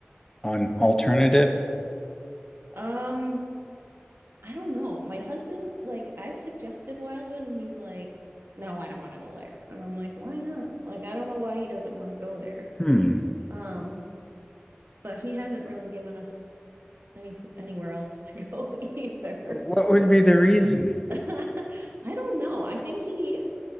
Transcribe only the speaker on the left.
on alternative?
Hmm.
What would be the reason?